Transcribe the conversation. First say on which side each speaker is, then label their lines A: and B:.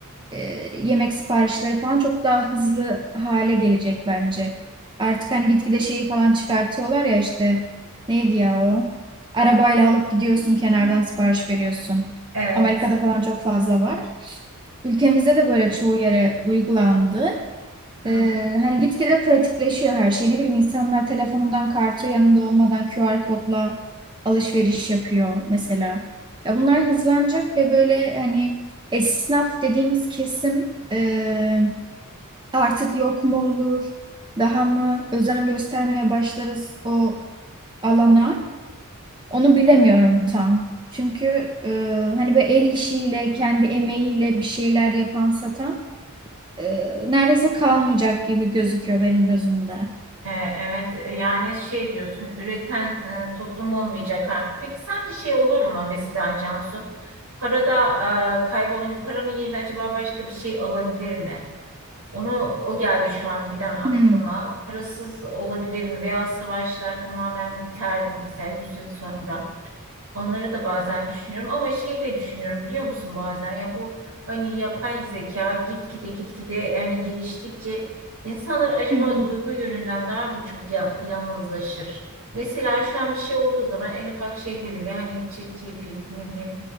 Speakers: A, on the right; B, on the right.
A: e, yemek siparişleri falan çok daha hızlı hale gelecek bence. Artık hani gitgide şeyi falan çıkartıyorlar ya işte neydi ya o? Arabayla alıp gidiyorsun kenardan sipariş veriyorsun.
B: Evet.
A: Amerika'da falan çok fazla var. Ülkemizde de böyle çoğu yere uygulandı.
B: Hı hı.
A: Ee, hani gitgide pratikleşiyor her şey. Ne bileyim insanlar telefonundan kartı yanında olmadan QR kodla alışveriş yapıyor mesela. Ya bunlar hızlanacak ve böyle hani esnaf dediğimiz kesim e, artık yok mu olur, daha mı özen göstermeye başlarız o alana. Onu bilemiyorum tam. Çünkü e, hani böyle el işiyle, kendi emeğiyle bir şeyler yapan satan e, neredeyse kalmayacak gibi gözüküyor benim gözümde.
B: E, Evet yani şey diyorsun üreten e, toplum olmayacak artık. Peki sence şey olur mu mesela Cansu? Parada e, kaybı hani paranın yerine acaba başka bir şey alabilir mi? Onu o geldi şu an bir an aklıma.
A: Hmm.
B: Parasız olabilir mi? Veya savaşlar tamamen biter mi? Mesela 100 yıl sonra. Onları da bazen düşünüyorum ama şeyi de düşünüyorum biliyor musun bazen ya bu hani yapay zeka gitgide gitgide hani geliştikçe insanlar acaba
A: Hı hı.
B: duygu yönünden daha mı çok ya- yalnızlaşır? Mesela şu an bir şey olduğu zaman en ufak şeyde bile hani ChatGPT ne bileyim